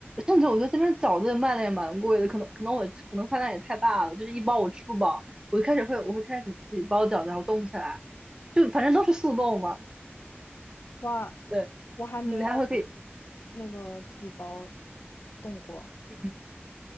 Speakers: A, on the right; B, on the left.
A: 甚至我觉得这边饺子也卖的也蛮贵的，可能可能我可能饭量也太大了，就是一包我吃不饱，我一开始会我会开始自己包饺子，然后冻起来，就反正都是速冻嘛，
B: 哇，
A: 对，
B: 我还没有
A: 你还会可以，
B: 那个自己包动过。
A: 嗯，